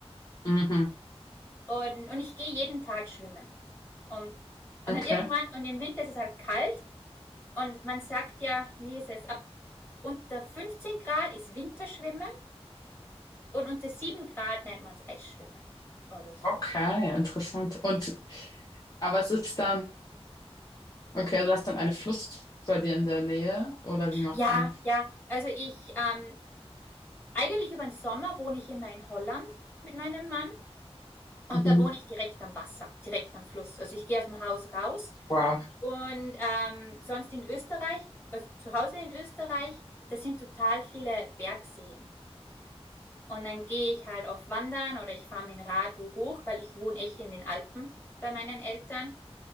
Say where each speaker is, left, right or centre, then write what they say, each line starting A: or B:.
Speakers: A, on the left; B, on the left.
A: mhm,
B: Und, und ich gehe jeden Tag schwimmen. Und, und
A: okay.
B: dann irgendwann, und im Winter ist es halt kalt und man sagt ja, wie ist es, ab unter 15 Grad ist Winterschwimmen und unter 7 Grad nennt man es Eisschwimmen oder so.
A: Okay, interessant. Und Aber es ist dann, okay, also du hast dann einen Fluss bei dir in der Nähe, oder wie machst
B: Ja,
A: du das?
B: ja, also ich, ähm, eigentlich über den Sommer wohne ich immer in Holland mit meinem Mann und
A: Mhm.
B: da wohne ich direkt am Wasser, direkt am Fluss. Also ich gehe aus dem Haus raus
A: Wow.
B: und ähm, sonst in Österreich, also zu Hause in Österreich, das sind total viele Bergseen. Und dann gehe ich halt auf Wandern oder ich fahre mit dem Rad hoch, weil ich wohne echt in den Alpen bei meinen Eltern.